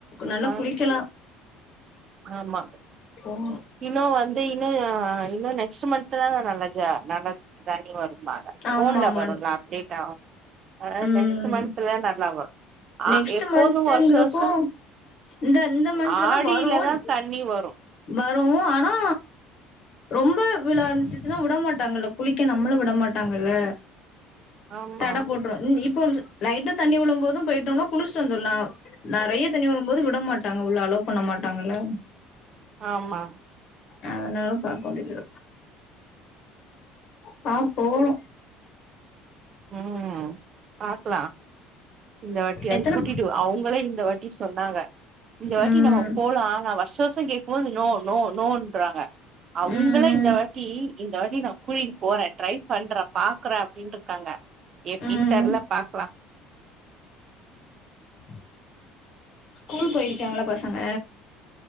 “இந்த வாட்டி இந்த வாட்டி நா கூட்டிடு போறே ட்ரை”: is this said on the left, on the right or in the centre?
Right